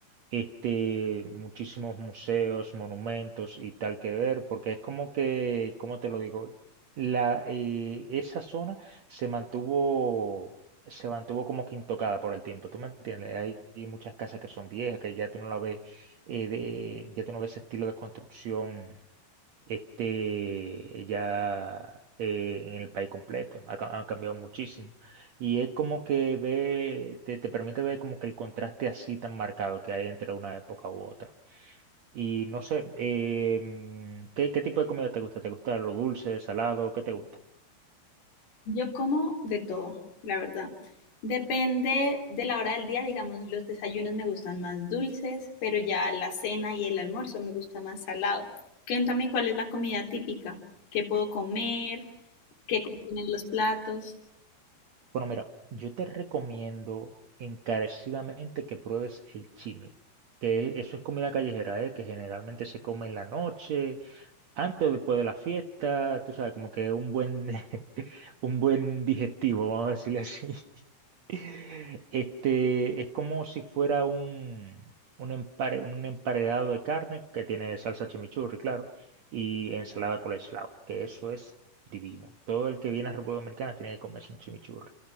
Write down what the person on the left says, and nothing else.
Yo como de todo, la verdad. Depende de la hora del día, digamos, los desayunos me gustan más dulces, pero ya la cena y el almuerzo me gusta más salado. Cuéntame cuál es la comida típica, qué puedo comer, qué contienen los platos.